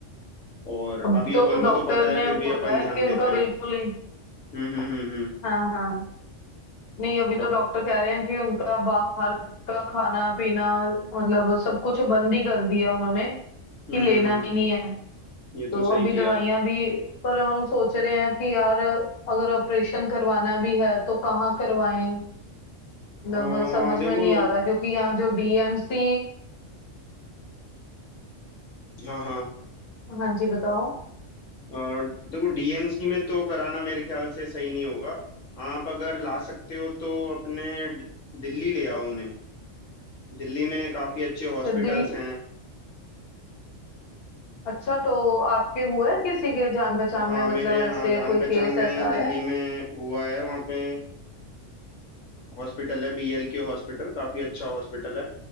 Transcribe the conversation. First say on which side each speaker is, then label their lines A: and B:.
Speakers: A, on the left; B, on the left.
A: और
B: अभी
A: अभी
B: तो
A: अपन
B: डॉक्टर
A: को तो पता है
B: ने
A: फिर
B: बोला
A: भी अपन
B: है
A: ध्यान
B: कि उनका
A: देते हैं
B: बिल्कुल ही
A: हम्म हम्म हम्म हम्म
B: हाँ हाँ नहीं अभी तो
A: डॉक
B: डॉक्टर कह रहे हैं कि उनका बाहर का खाना पीना मतलब सब कुछ बंद ही कर दिया उन्होंने
A: हम्म
B: कि लेना
A: हम्म हम्म
B: ही नहीं है
A: ये
B: तो
A: तो सही
B: अभी दवाइयां
A: किया
B: भी पर हम सोच रहे हैं कि यार अगर ऑपरेशन करवाना भी है तो कहाँ करवाएं मतलब
A: आ,
B: समझ
A: देखो
B: में नहीं आ रहा क्योंकि यहाँ जो डीएमसी
A: हाँ हाँ
B: हाँ जी बताओ
A: आ, देखो डीएमसी में तो कराना मेरे ख्याल से सही नहीं होगा आप अगर ला सकते हो तो अपने ड- दिल्ली ले आओ उन्हें दिल्ली में काफी अच्छे
B: अच्छा
A: हॉस्पिटल्स
B: दिल
A: हैं
B: अच्छा तो आपके हुआ है किसी के जान पहचान
A: हाँ
B: में मतलब
A: मेरे
B: ऐसे
A: हाँ जान
B: कोई
A: पहचान
B: केस ऐसा
A: में
B: आया
A: दिल्ली
B: है?
A: में हुआ है वहाँ पे हॉस्पिटल है बीएल के हॉस्पिटल काफ़ी अच्छा हॉस्पिटल है